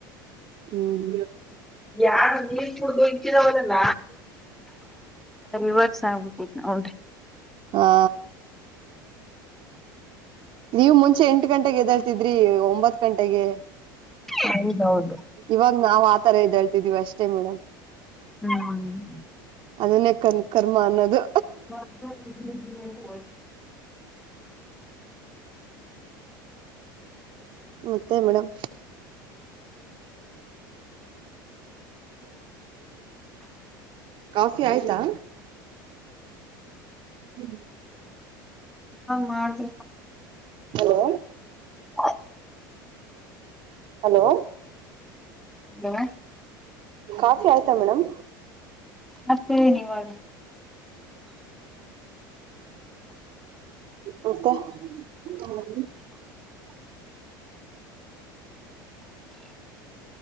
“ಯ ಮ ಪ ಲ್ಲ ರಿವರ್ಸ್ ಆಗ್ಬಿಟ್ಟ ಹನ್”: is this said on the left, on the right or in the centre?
Centre